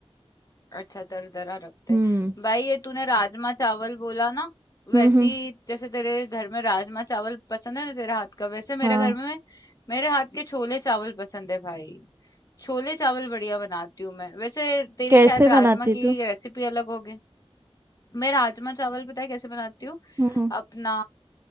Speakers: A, on the left; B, on the right.
A: अच्छा दरदरा रखते
B: हम्म
A: हैं भाई ये तूने राजमा चावल बोला ना
B: हम्म
A: वैसी
B: हम्म,
A: जैसे तेरे घर में राजमा चावल पसंद है ना तेरे हाथ का वैसे
B: हाँ
A: मेरे घर में मेरे हाथ के छोले चावल पसंद है भाई छोले चावल बढ़िया बनाती हूँ मैं वैसे तेरी
B: कैसे
A: शायद राजमा
B: बनाती
A: की
B: तू
A: रेसिपी अलग होगी मैं राजमा चावल पता है कैसे बनाती हूँ
B: हम्म हम्म
A: अपना